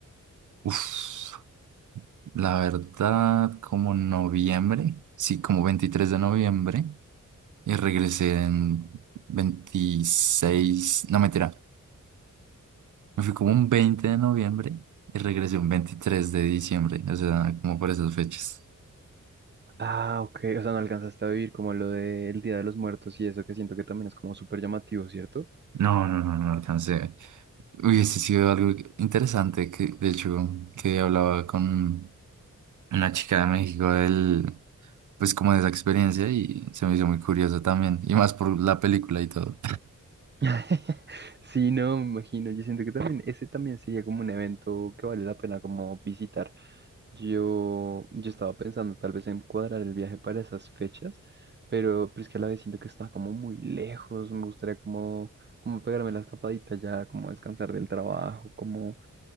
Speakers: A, on the right; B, on the right.
A: uf, la verdad, como noviembre, sí, como 23 de noviembre, y regresé en 26, no mentira, me fui como un 20 de noviembre y regresé un 23 de diciembre, o sea, como por esas fechas.
B: Ah, ok, o sea, no alcanzaste a vivir como lo del Día de los Muertos y eso que siento que también es como súper llamativo, ¿cierto?
A: No, no, no, no alcancé. Hubiese sido algo interesante que, de hecho, que hablaba con una chica de México del, pues como de esa experiencia y se me hizo muy curioso también, y más por la película y todo.
B: <laughs> Sí, no, me imagino. Yo siento que también ese también sería como un evento que vale la pena como visitar. Yo, yo estaba pensando tal vez en cuadrar el viaje para esas fechas, pero, pero es que a la vez siento que está como muy lejos. Me gustaría como, como pegarme la escapadita ya, como descansar del trabajo, como